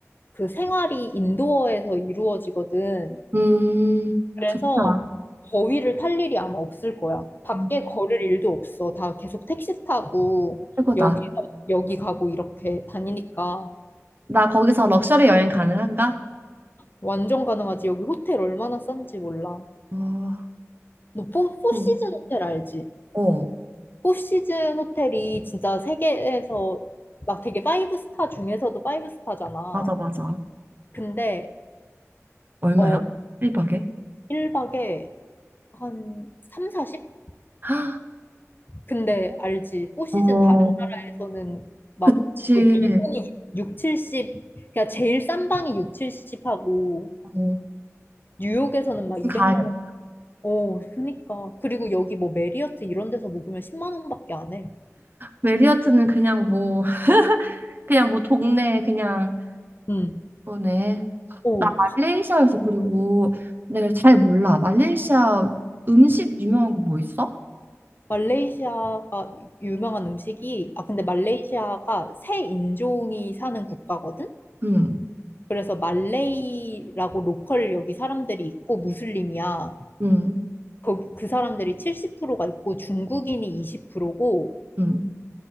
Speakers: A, on the left (about 40°); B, on the right (about 40°).
A: 그 생활이 인도어에서 이루어지거든.
B: 음,
A: 그래서
B: 좋다.
A: 거위를 탈 일이 아마 없을 거야. 밖에
B: 어,
A: 걸을 일도 없어. 다 계속 택시 타고
B: 최고다.
A: 여기 여기 가고 이렇게 다니니까
B: 나 거기서 럭셔리 여행 가능한가?
A: 완전 가능하지. 여기 호텔 얼마나 싼지 몰라.
B: 어,
A: 너 포, 포시즌
B: 또,
A: 호텔 알지?
B: 어,
A: 포시즌 호텔이 진짜 세계에서 막 되게 파이브 스타 중에서도 파이브 스타잖아.
B: 맞아, 맞아.
A: 근데
B: 얼마야?
A: 어
B: 일박에
A: 1박에 한 3, 40?
B: 아,
A: 근데 알지. 포시즌
B: 어,
A: 다른 나라에서는 막
B: 그치.
A: 거의 기본이 6, 70, 그러니까 제일 싼 방이 6, 70 하고
B: 어,
A: 뉴욕에서는 막 200만
B: 가야겠다.
A: 원. 어, 그니까. 그리고 여기 뭐 메리어트 이런 데서 묵으면 10만 원밖에 안 해.
B: 메리어트는 그냥 뭐, <laughs> 그냥 뭐 동네, 그냥
A: 응.
B: 거네.
A: 오
B: 나 말레이시아에서 그리고 내가 잘 몰라. 말레이시아 음식 유명한 거 뭐 있어?
A: 말레이시아가 유명한 음식이, 아, 근데 말레이시아가 새 인종이 사는 국가거든?
B: 응,
A: 그래서 말레이라고 로컬 여기 사람들이 있고 무슬림이야.
B: 응,
A: 거기 그 사람들이 70%가 있고 중국인이 20%고
B: 응,